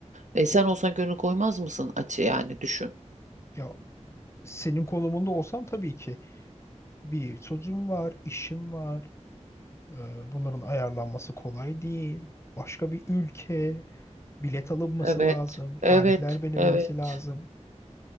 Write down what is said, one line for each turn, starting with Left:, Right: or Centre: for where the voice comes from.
Right: E sen olsan gönül koymaz mısın? Açı yani düşün.
Left: Ya senin konumunda olsam tabii ki bir çocuğum var, işim var. Ee, Bunların ayarlanması kolay değil. Başka bir ülke, bilet alınması
Right: Evet,
Left: lazım, tarihler
Right: evet,
Left: bilinmesi
Right: evet.
Left: lazım